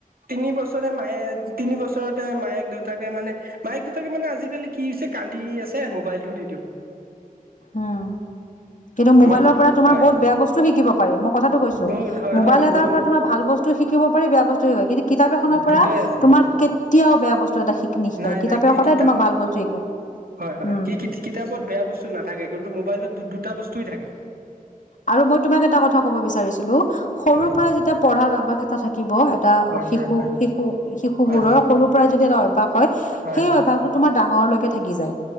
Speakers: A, on the right; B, on the left.
A: তিনি বছৰে মায়ে তিনি বছৰতে মায়েক। দেতাকে মানে মায়েক দুউটাকে মানে আজিকালি কি হৈছে কান্দি আছে মোবাইলটো দি দিওঁ।
B: আহ কিন্তু মোবাইলৰ
A: মই কি
B: পৰা তোমাৰ
A: হয়
B: বহুত বেয়া বস্তু শিকিব পাৰি মই কথাটো কৈছো
A: বহুত হয়
B: মোবাইল
A: হয়
B: এটাৰ
A: বহুত
B: পৰা তোমাৰ ভাল বস্তু শিকিব পাৰি বেয়া বস্তু শ কিন্তু কিতাপ এখনৰ পৰা
A: দুটাই আছে
B: তোমাৰ কেতিয়াও বেয়া বস্তু এটা শিক নিশিকায়
A: নাই
B: কিতাপে
A: নাই কি
B: সদায়
A: কিতাপ
B: তোমাক ভাল বস্তু শিকায়
A: হয় হয়
B: উম
A: কি কিতাপত বেয়া বস্তু না থাকে কিন্তু মোবাইলত দুটা বস্তুৱেই থাকে।
B: আৰু মই তোমাক এটা কথা কব বিচাৰিছিলো সৰুৰ
A: হয়
B: পৰা যেতিয়া পঢ়াৰ অভ্যাস এটা থাকিব এটা।
A: হয়
B: শিশু
A: হয় হয়
B: শিশু শিশু
A: হয়
B: বোৰৰ সৰুৰ পৰাই যদি ৰয়। হয়
A: হয়
B: সেই অভ্যাসটো তোমাৰ ডাঙৰলৈকে থাকি যায়।